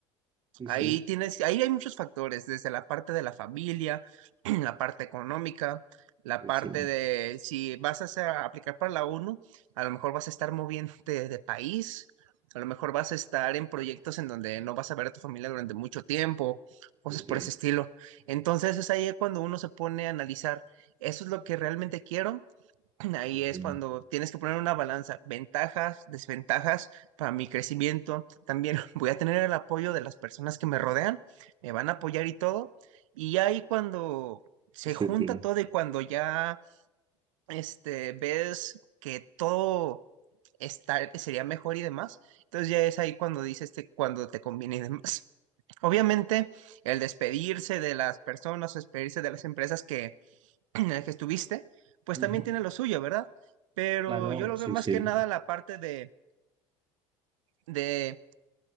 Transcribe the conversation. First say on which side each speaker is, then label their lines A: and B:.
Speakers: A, on the right; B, on the right.
A: sí,
B: Ahí
A: sí,
B: tienes, ahí hay muchos factores, desde la parte de la familia, <clears throat> la parte económica, la
A: sí,
B: parte
A: sí,
B: de si vas a hacer- a aplicar para la ONU, a lo mejor vas a estar moviéndote de país, a lo mejor vas a estar en proyectos en donde no vas a ver a tu familia durante mucho tiempo, cosas
A: sí, sí,
B: por ese estilo. Entonces es ahí cuando uno se pone a analizar, ¿eso es lo que realmente quiero? Ahí
A: sí,
B: es cuando tienes que poner una balanza, ventajas, desventajas para mi crecimiento. También <laughs> voy a tener el apoyo de las personas que me rodean, me van a apoyar y todo. Y ahí cuando se
A: sí,
B: junta
A: sí, sí.
B: todo y cuando ya este, ves que todo está, sería mejor y demás, entonces ya es ahí cuando dices te- cuando te conviene y demás. <laughs> Obviamente, el despedirse de las personas, despedirse de las empresas que <clears throat> en el que estuviste, pues
A: Ujú.
B: también tiene lo suyo, ¿verdad? Pero
A: Claro,
B: yo lo
A: sí,
B: veo más
A: sí.
B: que nada la parte de, de